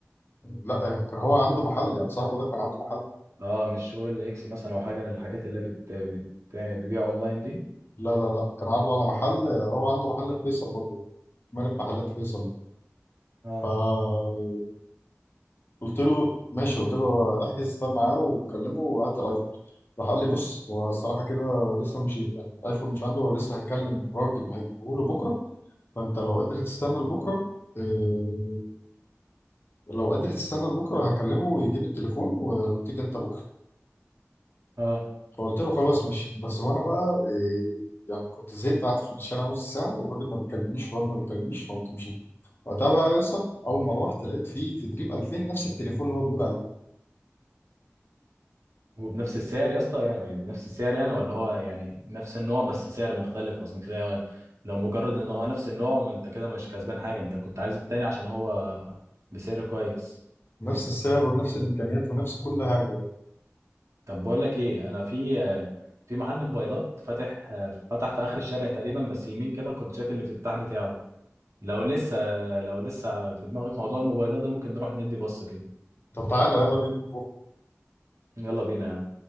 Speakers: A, on the left; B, on the right.
A: لا كان هو عنده محل يعني صاحبه ده كان عنده محل
B: اه مش اول اكس مثلا او حاجه من الحاجات اللي بت بت بتبيع اونلاين دي
A: لا لا لا كان عرضه على محل هو عنده محل في فيصل برضه مالك محلات فيصل دي
B: اه
A: فقلت له ماشي قلت له احجز ده معاه وكلمه وهات الايفون راح قال لي بص هو الصراحة كده لسه مش يعني الآيفون مش عنده هو لسه هيكلم راجل هيجيبه له بكرة فأنت لو قدرت تستنى لبكرة آه، لو قادر تستنى لبكره هكلمه ويجيب التليفون و- وتيجي انت بكره
B: اه
A: فقلت له خلاص ماشي بس وانا بقى إيه يعني كنت زهقت قعدت في الشارع نص ساعه والراجل ما بيكلمنيش والواد ما بيكلمنيش فقمت مشيت وقتها بقى يا اسطى اول ما روحت لقيت فيه في دريم 2000 نفس التليفون اللي هو بيقول عليه
B: وبنفس السعر يا اسطى يعني يعني بنفس السعر يعني ولا هو يعني نفس النوع بس سعر مختلف اصلا تلاقي لو مجرد ان هو نفس النوع ما انت كده مش كسبان حاجه انت كنت عايز التاني عشان هو بسعر كويس
A: نفس السعر ونفس الامكانيات ونفس كل حاجه
B: طب بقول لك ايه انا في في محل موبايلات فاتح فتح في اخر الشارع تقريبا بس يمين كده كنت شايف الافتتاح بتاعه لو لسه لو لسه في دماغك موضوع الموبايلات ده ممكن نروح ندي بص كده
A: طب تعالى يلا بينا نروح
B: يلا بينا